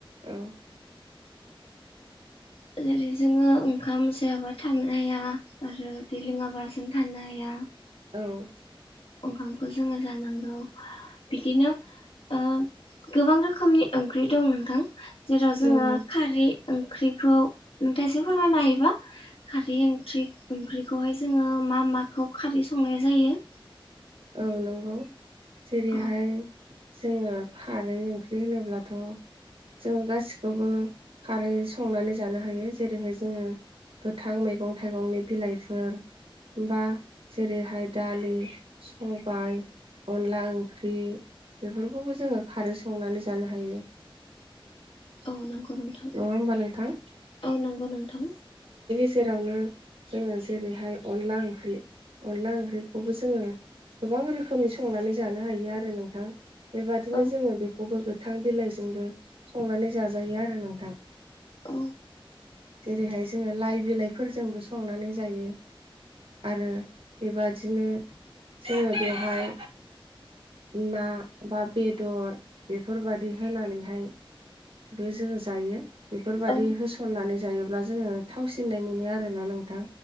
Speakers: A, on the right; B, on the left.
A: औ
B: जेरै जोङो ओंखाम जायाबा थानो हाया आरो दै लोङाबा। बसिन थानो हाया।
A: औ‌
B: ओंखामखौ जोङो जानांगौ बिदिनो‌ ओ गोबां रोखोमनि ओंख्रि दं नोंथां जेराव जोङो
A: नंगौ
B: खारै। ओंख्रिखौ नोंथाङा एसे फोरमायनो हायोबा खारै ओंख्रि-ओंख्रिखौहाय जोङो। मा-माखौ खारै संनाय जायो?
A: औ नंगौ जेरैहाय।
B: औ
A: जोङो खारै ओंख्रि होनोब्लाथ'। जों गासिखौबो खारै संनानै जानो हायो जेरैहाय जोङो। गोथां मैगं-थाइगंनि बिलाइफोर बा जेरैहाय दालि। सबाय, अनला ओंख्रि। बेफोरखौबो जोङो खारै संनानै जानो हायो।
B: औ नंगौ नोंथां
A: नङा होमबा नोंथां
B: औ नंगौ नोंथां‌।
A: जेरावनो जोङो जेरैहाय अनला ओंख्रि-अनला ओंख्रिखौबो जोङो। गोबां रोखोमनि संनानै जानो हायो आरो नोंथां बेबादिनो
B: औ
A: जोङो बेखौबो गो। थां बिलाइजोंबो संनानै जाजायो आरो नोंथां।
B: ओ।
A: जेरैहाय जोङो लाइ बिलाइफोरजोंबो संनानै जायो। आरो बेबादिनो जोङो बेवहाय। ना बा बेदर बेफोरबायदि होनानैहाय। बो जोङो जायो। बेफोरबायदि
B: औ
A: होसननानै जायोब्ला जोङो थावसिननाय मोनो आरोना नोंथां‌।